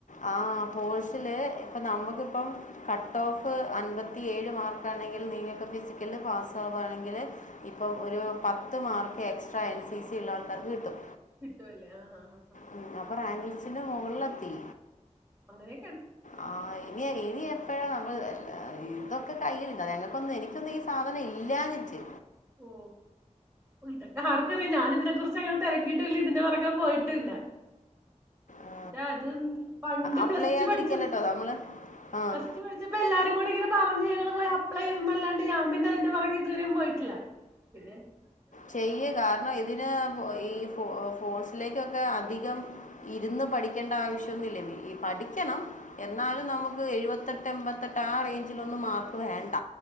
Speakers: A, on the left; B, on the right.
A: ആഹ് ഹോഴ്സില് അപ്പം നമ്മുക്കിപ്പം കട്ട് ഓഫ് അൻപത്തിയേഴ് മാർക്കാണെങ്കിൽ നിങ്ങൾക്ക് ഫിസിക്കലിൽ പാസ് ആവുകയാണെങ്കിൽ ഇപ്പം ഒരു പത്ത് mark extra N C C ഉള്ള ആൾക്കാർക്ക് കിട്ടും
B: കിട്ടുവല്ലേ ആഹ് ആഹ ആഹ്
A: ഉ അപ്പൊ റാങ്ക് ലിസ്റ്റ്ന്റെ മുകളില മത്തി
B: അങ്ങനെ
A: ആഹ ഇനി ഇനി ഇപ്പോഴ നമ്മൾ ഇതൊക്കെ കയ്യിയിലുണ്ടാ ഞങ്ങൾക്കൊന്നും എനിക്കൊന്നും ഈ സാധനം ഇല്ലനിറ്റ്
B: ഓ ഓ ഇതെക്കെ ആർക്കറിയാം ഞാൻ ഇതിനെ കുറിച്ച് അങ്ങനെ തിരക്കിയിട്ടും ഇല്ല ഇതിന്റെ പുറക്കെ പോയിട്ടുംല്ല
A: ആ,
B: ഇ അത് പണ്ട്
A: അപ്ലൈ
B: പ്ലസ്
A: ചെയ്യാതിരിക്കല്ലോ
B: ടു പഠിച്ചത്
A: നമ്മൾ ആ
B: പ്ലസ് ടു പഠിച്ചപ്പോ എല്ലാരും കൂടി ഇങ്ങനെ പറഞ്ഞ് ഞങ്ങള് പോ ല്ലാണ്ട് ഞാൻ പിന്നെ അതിന്റെ പിറകെ ഇതുവരെയും പോയിട്ടില്ല പി
A: ചെയ്യേ കാരണം ഇതിന് ഈ ഫ ഫോസ് ത്തിലേക്കൊക്കെ അധികം ഇരുന്ന് പഠിക്കേണ്ട ആവശ്യമൊന്നുംമില്ല ഈ പഠിക്കണം എന്നാലും നമ്മുക്ക് എഴുപത്തെട്ട് എൺപത്തെട്ട് ആ റേഞ്ചിലൊന്ന് മാർക്ക് വേണ്ട